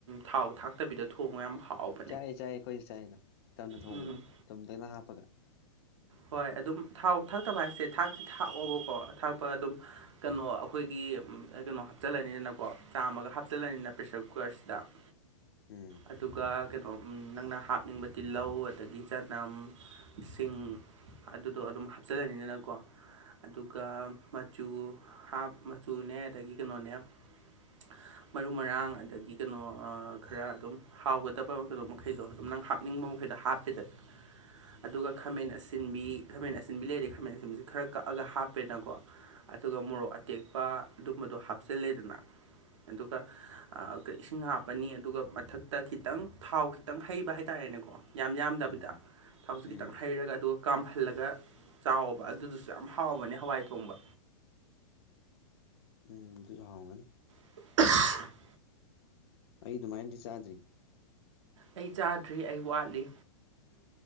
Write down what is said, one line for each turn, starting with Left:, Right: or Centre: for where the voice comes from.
Right: ꯊꯥꯎ ꯊꯥꯛꯇꯕꯤꯗ ꯊꯣꯡꯕ ꯌꯥꯝ ꯍꯥꯎꯕ
Left: ꯆꯥꯏꯑ ꯆꯥꯏꯌꯦ ꯑꯩꯈꯣꯏꯁꯨ ꯆꯥꯏꯑꯗ ꯆꯝꯅ
Right: ꯎꯝ
Left: ꯊꯨꯡꯗꯣꯒ ꯍꯥꯞꯄꯒ
Right: ꯍꯣꯏ ꯑꯗꯨꯝ ꯊꯥꯎ ꯊꯥꯛꯇꯕ ꯍꯥꯏꯁꯦ ꯊꯥꯛꯇꯤ ꯊꯥꯛꯑꯣꯕꯀꯣ ꯊꯥꯛꯄ ꯑꯗꯨꯝ ꯀꯩꯅꯣ ꯑꯩꯈꯣꯏꯒꯤ ꯀꯩꯅꯣ ꯍꯥꯞꯆꯜꯂꯅꯤꯅꯀꯣ ꯆꯥꯝꯃꯒ ꯍꯥꯞꯆꯜꯂꯅꯤꯅ ꯄ꯭ꯔꯦꯁꯔ ꯀꯨꯀꯔꯁꯤꯗ <inaudible>
Left: ꯎꯝ
Right: ꯑꯗꯨꯒ ꯀꯩꯅꯣꯝ ꯅꯪꯅ ꯍꯥꯞꯅꯤꯡꯕ ꯇꯤꯜꯍꯧ ꯑꯗꯒꯤ ꯆꯅꯝ ꯁꯤꯡ ꯑꯗꯨꯗꯣ ꯑꯗꯨꯝ ꯍꯥꯞꯆꯜꯂꯅꯤꯗꯅꯀꯣ ꯑꯗꯨꯒ ꯃꯆꯨ ꯍꯥꯞ ꯃꯆꯨꯅꯦ ꯑꯗꯒꯤ ꯀꯩꯅꯣꯅꯦ <inaudible> ꯃꯔꯨ ꯃꯔꯥꯡ ꯑꯗꯒꯤ ꯀꯩꯅꯣ ꯈꯔ ꯑꯗꯨꯝ ꯍꯥꯎꯒꯗꯕ ꯀꯩꯅꯣ ꯃꯈꯩꯗꯣ ꯑꯗꯨꯝ ꯅꯪ ꯍꯥꯞꯅꯤꯡꯕ ꯑꯩꯈꯣꯏꯗ ꯍꯥꯞꯄꯦꯗꯅ
Left: ꯎꯝ
Right: ꯑꯗꯨꯒ ꯈꯥꯃꯦꯟ ꯑꯁꯤ ꯑꯁꯤꯟꯕꯤ ꯈꯥꯃꯦꯟ ꯑꯁꯤꯟꯕꯤ ꯂꯩꯔ ꯈꯥꯃꯦꯟ ꯑꯁꯤꯟꯕꯁꯤ ꯈꯔ ꯀꯛꯑꯒ ꯍꯥꯞꯄꯦꯅꯀꯣ ꯑꯗꯨꯒ ꯃꯣꯔꯣꯛ ꯑꯇꯦꯛꯄ ꯑꯗꯨꯝꯕꯗꯣ ꯍꯥꯞꯆꯤꯜꯂꯦꯗꯅ ꯑꯗꯨꯒ ꯏꯁꯤꯡ ꯍꯥꯞꯄꯅꯤ ꯑꯗꯨꯒ ꯃꯊꯛꯇ ꯈꯤꯇꯪ ꯊꯥꯎ ꯈꯤꯇꯪ ꯍꯩꯕ ꯍꯥꯏꯇꯥꯥꯔꯦꯅꯦꯀꯣ ꯌꯥꯝ ꯌꯥꯝꯗꯕꯤꯗ
Left: ꯎꯝ
Right: ꯊꯥꯎꯁꯦ ꯈꯤꯇꯪ
Left: ꯎꯝ
Right: ꯍꯩꯔꯒ ꯑꯗꯣ ꯀꯥꯝꯍꯜꯂꯒ ꯆꯥꯎꯕ ꯑꯗꯨꯗꯁꯨ ꯌꯥꯝ ꯍꯥꯎꯕꯅꯦ ꯍꯋꯥꯏ ꯊꯣꯡꯕ
Left: ꯎꯝ ꯑꯗꯨꯁꯨ ꯍꯥꯎꯒꯅꯤ
Right: <inaudible>
Left: ꯑꯩ ꯑꯗꯨꯃꯥꯏꯅꯗꯤ ꯆꯥꯗ꯭ꯔꯤ
Right: ꯑꯩ ꯆꯥꯗ꯭ꯔꯤ ꯑꯩ ꯋꯥꯠꯂꯤ